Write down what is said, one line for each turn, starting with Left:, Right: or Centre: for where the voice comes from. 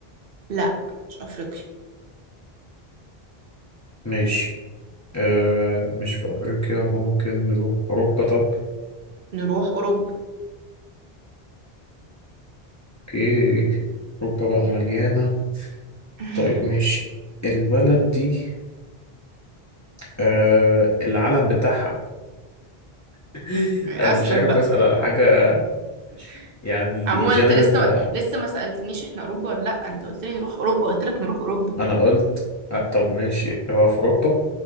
Right: لا مش افريقيا
Left: ماشي آه مش في أفريقيا ممكن نروح أوروبا طب
Right: نروح اوروبا
Left: اوكي أوروبا بقى مليانة
Right: <laughs>
Left: طيب ماشي البلد دي آه العلم بتاعها <laughs>
Right: اصلا
Left: انا مش عارف
Right: بقى
Left: اسال على حاجه
Right: <laughs>
Left: يعني
Right: عموما
Left: جنرال
Right: انت لسه
Left: فانا
Right: لسه ما سألتنيش احنا اوروبا ولا لا انت قلت لي نروح اوروبا قلت لك نروح اوروبا
Left: قلت آه طب ماشي هو في اوروبا